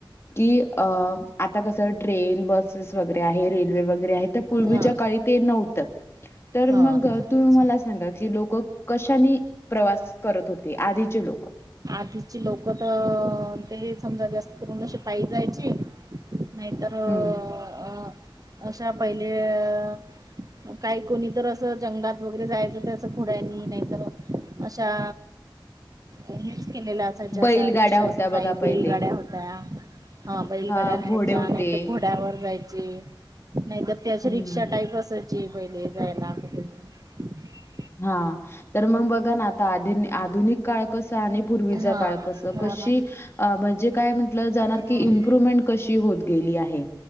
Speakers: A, on the left (about 30°); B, on the right (about 45°).
A: की आता कस ट्रेन बसेस वगैरे आहेत रेल्वे वगैरे आहे तर पूर्वीच्या
B: हा
A: काळी ते नव्हत तर
B: हा
A: मग तुम्ही
B: अच्छा
A: मला सां सांगा की लोक कशानी प्रवास करत होते. आधीचे लोक
B: आधीची लोक त ते समजा जास्त करून अशे पायी जायचे नाही तर अ
A: हं.
B: अशा पहिले अ काही कोणी तर असं जंगलात वगैरे जायच नाही तर आशा पुड्यानी नाही तर अशा हे केलेल्या असायच्या
A: बैलगाड्या
B: आस रिक्षा
A: होत्या
B: स्टाईल
A: बघा पहिले.
B: बैलगाड्या होत्या हा बैलगाड्या
A: हां,
B: राहायच्या
A: घोडे होते.
B: आणि तर घोड्यावर जायचे नाही तर ती आशी
A: हं.
B: रिक्षा टाईप असायची पहिले जायला कुठे ही
A: हा तर मग बघा ना आता आधु आधुनिक काळ कस कस आणि पूर्वीचा
B: हा
A: काळ कस
B: हो
A: कशी
B: ना
A: अ म्हणजे काय म्हटल जाणार
B: हा
A: की इम्प्रुमेंट कशी होत होत गेली आहे